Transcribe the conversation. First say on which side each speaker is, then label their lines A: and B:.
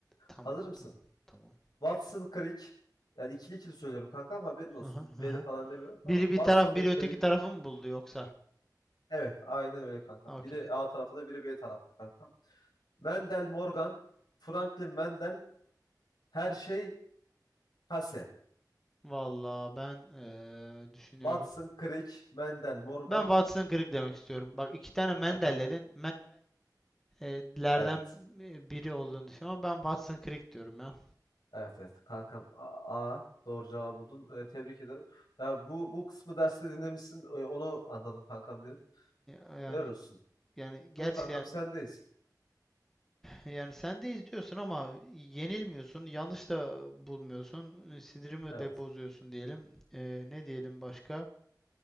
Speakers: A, in the centre; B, on the left (about 75°).
A: Tamam,
B: Hazır mısın?
A: tamam, tamam.
B: Watson, Crick. Yani ikili ikili söylüyorum kankam haberin olsun.
A: Aha,
B: Ve
A: aha.
B: de falan demiyorum tamam
A: Biri
B: mı?
A: bir
B: Watson
A: taraf
B: ve
A: biri öteki
B: Crick.
A: tarafı mı buldu yoksa?
B: Evet aynen öyle kankam.
A: Okey.
B: Biri A tarafta biri B tarafta kankam. Mendel Morgan, Franklin Mendel, her şey Kase.
A: Vallahi ben eee, düşünüyorum.
B: Watson, Crick, Mendel, Morgan.
A: Ben Watson kırık demek istiyorum. Bak iki tane Mendel
B: Kankam.
A: dedin. Mendel'lerden
B: Evet.
A: biri olduğunu düşünüyorum ama ben Watson kırık diyorum ya.
B: Evet evet. Kankam A. A. Doğru cevabı buldun. Ee, tebrik ederim. Ya bu bu kısmı derste dinlemişsin. Ee, onu anladım kankam benim.
A: Yani
B: Helal olsun.
A: yani gerçekten
B: Buyur kankam sendeyiz.
A: yani sen de izliyorsun ama yenilmiyorsun, yanlış da bulmuyorsun, sinirimi
B: Evet.
A: de bozuyorsun diyelim. Eee, ne diyelim başka?